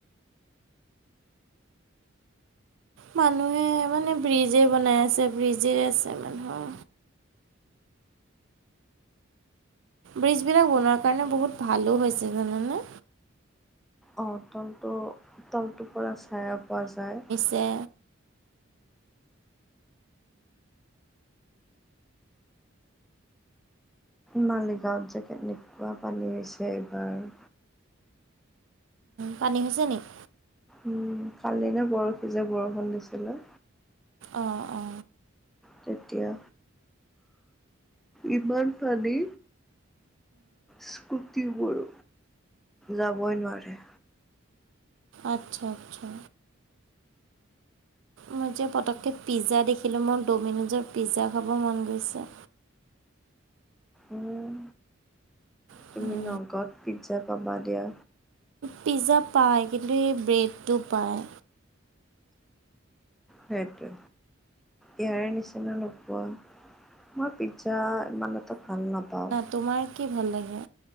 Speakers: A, on the right; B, in the centre.
A: মানুহে মানে ব্ৰিজেই বনাই আছে, ব্ৰিজে আছে মানুহৰ ব্ৰিজবিলাক বনোৱাৰ কাৰণে বহুত ভালো হৈছে জানানে?
B: অ তলটো তলটোৰ পৰা চাইয়া পোৱা যায়।
A: দে
B: মালিগাঁৱত যে কেনেকুৱা পানী হৈছে এইবাৰ।
A: পানী হৈছে নেকি?
B: উম, কালি নে পৰহি যে বৰষুণ দিছিলে?
A: অঁ অ
B: তেতিয়া ইমান পানী স্কুটিবোৰ যাবই নোৱাৰে।
A: আচ্ছা আচ্ছা। মই এতিয়া পটককৈ পিজ্জা দেখিলোঁ, মোৰ ড'মিন'জৰ পিজ্জা খাব মন গৈছে।
B: উম,
A: উম
B: তুমি নগদ পিজ্জা পাবা দিয়া।
A: পিজ্জা পায় কিন্তু, সেই ব্ৰেডটো পায়।
B: সেইটো, ইয়াৰে নিচিনা নোপোৱা মই পিজ্জা ইমান এটা ভাল নাপাওঁ।
A: তোমাক কি ভাল লাগে?